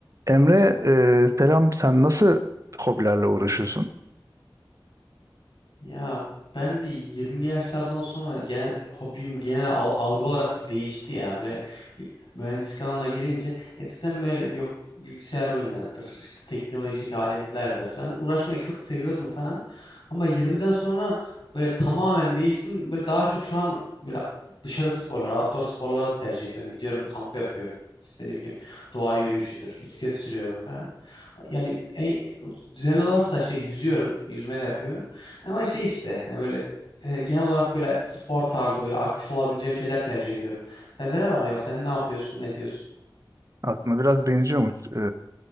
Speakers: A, on the right (about 40°); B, on the left (about 80°).
A: Emre, e, selam. Sen nasıl hobilerle uğraşıyorsun?
B: Ya ben bir 20'li yaşlardan sonra genel hobim genel al- algı olarak bir değişti ya. Böyle bir mühendislik alanına girince eskiden böyle yok bilgisayar oyunlarıdır, işte teknolojik aletlerdir falan uğraşmayı çok seviyordum falan. Ama 20'den sonra böyle tamamen değiştim. Böyle daha çok şu an böyle dışarı sporları, outdoor sporları tercih ediyorum. Gidiyorum kamp yapıyorum. İşte ne bileyim doğa yürüyüşüdür, bisiklet sürüyorum falan. Yani en, düzenli olarak da şey yüzüyorum, yüzme de yapıyorum. Ama şey işte, hani, böyle, eee, genel olarak, böyle, spor tarzı, böyle, aktif olabileceğim şeyler tercih ediyorum. Sende ne var ne yok? Sen ne yapıyorsun, ne ediyorsun?
A: Aklına biraz benziyormuş e,